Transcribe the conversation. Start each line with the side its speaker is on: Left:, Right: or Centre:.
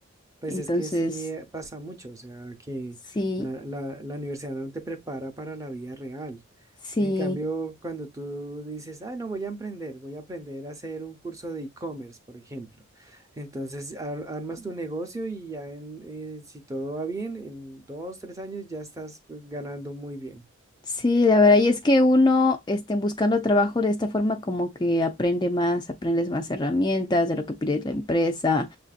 Right: pues
Left: Entonces...
Right: es que sí eh, pasa mucho. O sea, que
Left: Sí,
Right: la, la la universidad no te prepara para la vida real.
Left: sí,
Right: En cambio, cuando tú dices, ah, no, voy a emprender, voy a aprender a hacer un curso de e-commerce, por ejemplo. Entonces, ar- armas tu negocio y ya en, eh, si todo va bien, en dos, tres años ya estás eh, ganando muy bien,
Left: sí, la verdad. Y es que uno, este, buscando trabajo de esta forma, como que aprende más, aprendes más herramientas de lo que pide la empresa,